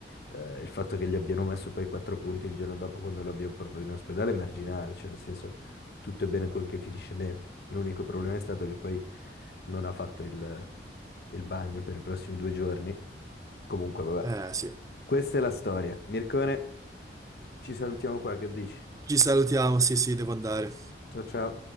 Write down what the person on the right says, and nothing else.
Eh sì,
ci salutiamo, sì sì, devo andare.